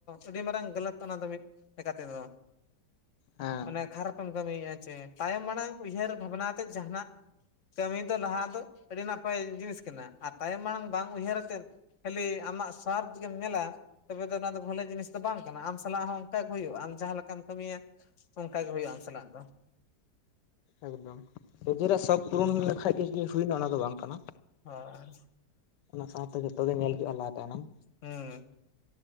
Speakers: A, on the left (about 50°); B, on the left (about 80°).
A: ᱟᱹᱰᱤ ᱢᱟᱨᱟᱝ ᱜᱟᱞᱟᱛ ᱚᱱᱟ ᱫᱚ ᱢᱤᱫ ᱞᱮᱠᱟ ᱛᱮᱫᱚ᱾
B: ᱦᱮᱸ
A: ᱢᱟᱱᱮ ᱠᱷᱟᱨᱟᱯᱮᱢ ᱠᱟᱹᱢᱤᱼᱟ ᱥᱮ ᱛᱟᱭᱚᱢ ᱢᱟᱲᱟᱝ ᱩᱭᱦᱟᱹᱨ ᱵᱷᱟᱵᱽᱱᱟ ᱠᱟᱛᱮᱫ ᱡᱟᱦᱟᱱᱟᱜ ᱠᱟᱹᱢᱤ ᱫᱚ ᱞᱟᱦᱟ ᱫᱚ ᱟᱹᱰᱤ ᱱᱟᱯᱟᱭ ᱡᱤᱱᱤᱥ ᱠᱟᱱᱟ ᱟᱨ ᱛᱟᱭᱚᱢ ᱢᱟᱲᱟᱝ ᱵᱟᱝ ᱩᱭᱦᱟᱹᱨ ᱟᱛᱮᱫᱼᱼ ᱠᱷᱟᱞᱤ ᱟᱢᱟᱜ ᱥᱣᱟᱨᱫᱷ ᱜᱮᱢ ᱧᱮᱞᱟ ᱛᱚᱵᱮ ᱫᱚ ᱱᱚᱣᱟ ᱫᱚ ᱵᱟᱹᱞᱮ ᱡᱤᱱᱤᱥ ᱫᱚ ᱵᱟᱝ ᱠᱟᱱᱟ ᱟᱢ ᱥᱟᱞᱟᱜ ᱦᱚᱸ ᱚᱱᱠᱟ ᱜᱮ ᱦᱩᱭᱩᱜᱼᱟ ᱟᱢ ᱡᱟᱦᱟᱸ ᱞᱮᱠᱟᱢ ᱠᱟᱹᱢᱤᱭᱟ᱾ ᱚᱱᱠᱟ ᱜᱮ ᱦᱩᱭᱩᱜᱼᱟ ᱟᱢ ᱥᱟᱞᱟᱜ ᱫᱚ
B: ᱮᱠᱫᱚᱢ ᱱᱤᱡᱮᱨᱟᱜ ᱥᱚᱠ ᱯᱩᱨᱩᱱ ᱞᱮᱠᱷᱟᱡ ᱜᱮ ᱡᱮ ᱦᱩᱭᱱᱟ ᱚᱱᱟ ᱫᱚ ᱵᱟᱝ ᱠᱟᱱᱟ᱾
A: ᱦᱚᱭ
B: ᱚᱱᱟ ᱥᱟᱶᱛᱮ ᱡᱷᱚᱛᱚ ᱜᱮ ᱧᱮᱞ ᱦᱩᱭᱩᱜᱼᱟ ᱞᱟᱦᱟ ᱛᱟᱭᱱᱚᱢ᱾
A: ᱦᱩᱸ